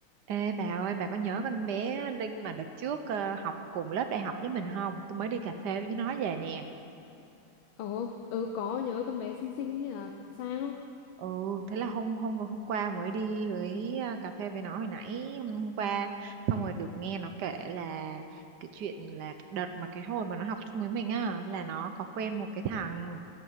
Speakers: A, on the right; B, on the left.
A: Ê bà ơi, bà có nhớ con bé Linh mà đợt trước ờ, học cùng lớp đại học với mình không? Tôi mới đi cà phê với nó về nè.
B: Ồ, ừ có nhớ con bé xinh xinh ấy à, sao?
A: Ừ, thế là hôm hôm hôm qua mới đi với ờ, cà phê với nó hồi nãy hôm, hôm qua xong rồi được nghe nó kể là cái chuyện là đợt mà cái hồi mà nó học chung với mình á là nó có quen một cái thằng